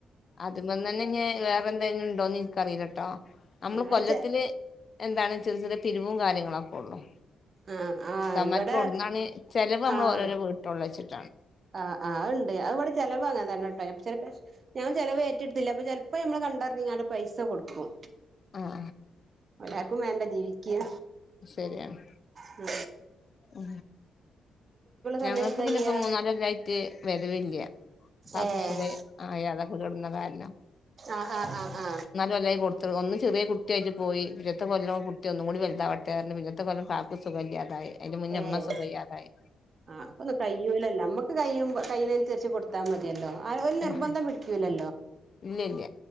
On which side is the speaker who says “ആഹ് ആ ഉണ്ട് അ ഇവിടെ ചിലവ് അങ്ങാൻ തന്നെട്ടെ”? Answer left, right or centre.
Right